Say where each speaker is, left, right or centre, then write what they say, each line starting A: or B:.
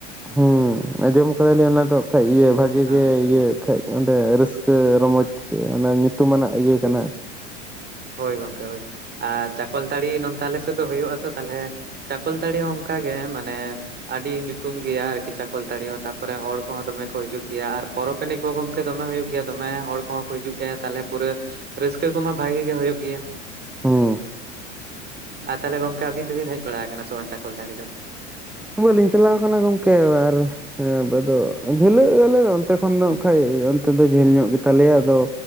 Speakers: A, in the centre; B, on the right.
A: ᱦᱩᱸ ᱟᱸᱡᱚᱢ ᱠᱟᱫᱟᱞᱤᱧ ᱚᱱᱟ ᱫᱚ ᱠᱷᱟᱡ ᱤᱭᱟᱹ ᱵᱷᱟᱜᱤ
B: ᱦᱮᱸ
A: ᱜᱮ ᱤᱭᱟᱹ᱾ ᱠᱷᱟᱡ ᱚᱸᱰᱮ ᱨᱟᱹᱥᱠᱟᱹ ᱨᱚᱢᱚᱡᱽ ᱚᱱᱟ ᱧᱩᱛᱩᱢᱟᱱᱟᱜ ᱤᱭᱟᱹ ᱠᱟᱱᱟ᱾
B: ᱦᱳᱭ ᱜᱚᱝᱠᱮ ᱦᱳᱭ ᱟᱨ ᱪᱟᱠᱚᱞᱛᱟᱹᱲᱤ ᱱᱛᱮ ᱟᱞᱮ ᱥᱮᱫ ᱫᱚ ᱦᱩᱭᱩᱜ- ᱟ ᱛᱚ ᱛᱟᱦᱚᱞᱮ ᱪᱟᱠᱚᱞᱛᱟᱹᱲᱤ ᱦᱚᱸ ᱚᱱᱠᱟᱟᱜ ᱜᱮ ᱢᱟᱱᱮ᱾ ᱟᱹᱰᱤ ᱧᱩᱛᱩᱢ ᱜᱮᱭᱟ ᱟᱨᱠᱤ ᱪᱟᱠᱚᱞᱛᱟᱲᱤ ᱦᱚᱸ ᱛᱟᱯᱚᱨᱮ ᱦᱚᱲ ᱠᱚᱦᱚᱸ ᱫᱚᱢᱮ ᱠᱚ ᱦᱤᱡᱩᱜ ᱜᱮᱭᱟ ᱟᱨ ᱯᱚᱨᱚᱵᱽ ᱤᱱᱟᱹ ᱠᱚ ᱜᱚᱝᱠᱮ ᱫᱚᱢᱮ ᱦᱩᱭᱩᱜ ᱜᱮᱭᱟ ᱫᱚᱢᱮ ᱦᱚᱲ ᱠᱚᱦᱚᱸ ᱠᱚ ᱦᱤᱡᱩᱜ ᱜᱮᱭᱟ ᱛᱟᱦᱞᱮ ᱯᱩᱨᱟᱹ ᱨᱟᱹᱥᱠᱟᱹ ᱠᱚᱢᱟ ᱵᱷᱟᱜᱤ᱾ ᱦᱳᱭᱳᱜ ᱜᱮᱭᱟ᱾
A: ᱦᱮᱸ
B: ᱟᱨ ᱛᱟᱦᱚᱞᱮ ᱜᱚᱝᱠᱮ ᱟᱹᱵᱤᱱ ᱫᱚᱵᱤᱱ ᱦᱮᱡ ᱵᱟᱲᱟ ᱟᱠᱟᱱᱟ ᱥᱢᱟᱱ ᱪᱟᱠᱚᱞ ᱫᱟᱲᱮ ᱫᱚ?
A: ᱵᱟᱹᱞᱤᱧ ᱪᱟᱞᱟᱣ ᱟᱠᱟᱱᱟ ᱜᱚᱢᱠᱮ ᱟᱨ ᱦᱮᱸ ᱵᱟ ᱫᱚ ᱡᱷᱟᱹᱞᱟᱹᱜ ᱟᱞᱮ ᱚᱱᱛᱮ ᱠᱷᱚᱱ ᱫᱚ ᱠᱷᱟᱭ ᱚᱱᱛᱮ ᱫᱚ ᱡᱷᱟᱹᱞ ᱧᱚᱜ ᱜᱮᱛᱟᱞᱮᱭᱟ ᱟᱫᱚ᱾